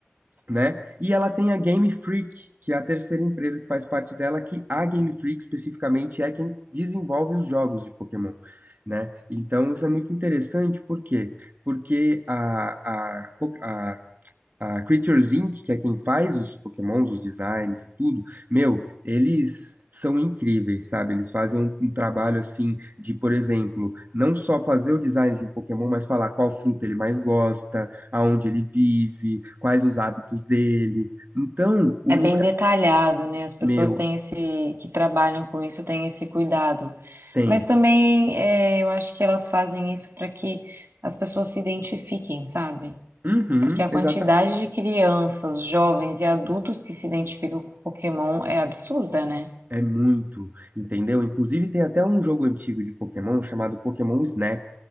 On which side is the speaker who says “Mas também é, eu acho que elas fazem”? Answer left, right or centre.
Right